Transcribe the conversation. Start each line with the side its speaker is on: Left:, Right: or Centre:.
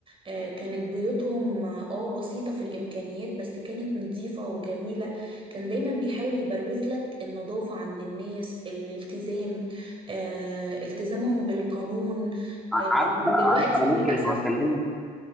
Right: آه، كانت بيوتهم اه آه، بسيطة في الامكانيات بس كانت نظيفة وجميلة كان دايما بيحاول يبروز لك النظافة عند الناس الالتزام آه، التزامهم بالقانون آه،
Centre: عارف
Right: لكن دلوقتي
Centre: عارف انا
Right: للأسف
Centre: ممكن لو اكلمك